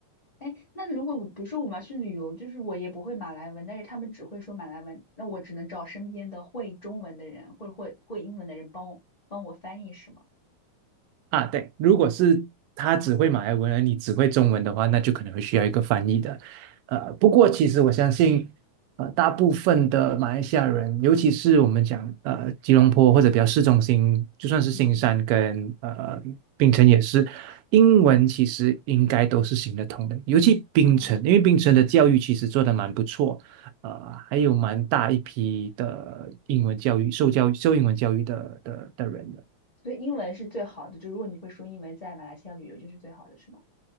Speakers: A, on the left (about 25°); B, on the right (about 85°).
A: 哎，那如果我比如说我们要去旅游，就是我也不会马来文，但是他们只会说马来文，那我只能找身边的会中文的人或者会会英文的人帮我帮我翻译，是吗？
B: 啊，对，如果是他只会马来文，而你只会中文的话，那就可能会需要一个翻译的。呃，不过其实我相信，呃，大部分的马来西亚人，尤其是我们讲呃吉隆坡或者比较市中心，就算是新山跟呃槟城也是，
A: 嗯，
B: 英文其实应该都是行得通的。尤其槟城，
A: 哦，
B: 因为槟城的教育其实做得蛮不错，呃，还有蛮大一批的英文教育受教育受英文教育的的的人的。
A: 所以英文是最好的，就如果你会说英文，在马来西亚旅游就是最好的，是吗